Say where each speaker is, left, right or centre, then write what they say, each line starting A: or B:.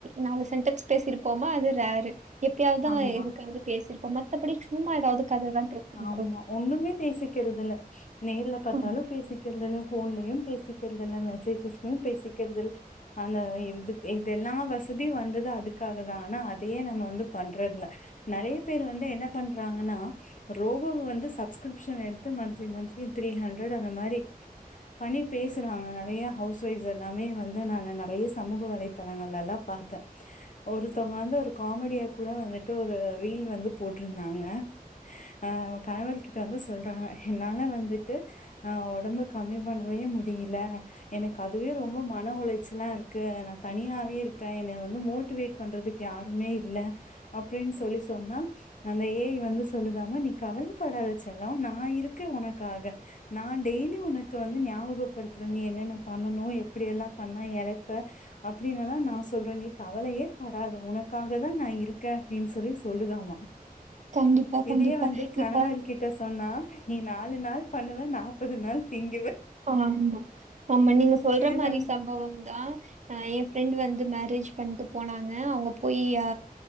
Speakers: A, on the right (about 50°); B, on the left (about 55°).
A: நாலு சென்டன்ஸ் பேசிருப்போமா அது ரரு எப்பயாதுதா
B: ஆமா
A: எதுக்காது பேசிரு போமத் த்தப்படி சும்மா எதாவது கததா பேசறது
B: அம்மா ஒன்னுமே பேசிக்கறது இல்ல நேர்ல பாத்தாலு
A: ஆமா.
B: பேசிக்கறதுதல்ல ஃபோன்லயு பேசிக்கிறது இல்ல மெசேஜஸ்லயு பேசிக்கறது இல் அந்த இதுக்கு இத எல்லா வசதியு வந்தது அதுக்காகதா ஆனா அதையே நம்ம வந்து பண்றதுல நெறைய பேர் வந்து என்ன பண்றங்கான ரோபோ வந்து சப்கிரிப்ஸன் எடுத்து மந்திலி மந்திலி திரிஹண்டரட் அந்த மாரி பண்ணி பேசறாங்க நெறையா அவுஸ் வைஃப் எல்லாமே வந்து நாங்க நெறைய சமூக வலைத்தளங்கள் எல்லா பாத்தே ஒருத்தவங்க வந்து ஒரு காமெடியா கூட வந்துட்டு ஒரு ரீல் வந்து போட் ட்ருந்தாங்க ஆ கணவன் கிட்ட வந்து சொல்றாங்க என்னால வந்துட்டு ஆ ஒடம்பு கம்மி பண்ணவே முடியல எனக்கு அதுவே ரொம்ப மன உழைச்சல்லா இருக்கு நா தனியாவே இருக்கே என்ன வந்து மோட்டிவேட்டு பண்ண யாருமே இல்ல அப்பிடின் சொல்லி சொன்னா அந்த ஏய் வந்து சொல்லுமா நீ கவலைப்படாத செல்லம் நா இருக்கே உனக்காக நா டெய்லி உனக்கு வந்து ஞாபகப்படுத்தர நீ என்னென்ன பண்ணனு எப்பிடி எல்லா பண்ணா எழப்ப அப்பிடின்னுல்லா நா சொல்றே நீ கவலையே படாத உனக்காகதா நா இருக்கே அப்பிடின் சொல்லி சொல்லுதாமா
A: கண்டிப்பா,
B: இதே
A: கண்டிப்பா.
B: வந்து கணவள்கிட்ட
A: இப்ப
B: சொன்னா நீ நாலு நாள் பண்ணுவ நாப்பது நாள் திங்
A: ஆமா ஆமா நீங்க சொல்ற
B: இதுல
A: மாரி
B: வந்து
A: சம்பவம்தா ஆ ஏ ஃப்ரெண்ட்டு வந்து மேரேஜ் பண்ட்டு போனாங்க அவுங்க போய் ஆ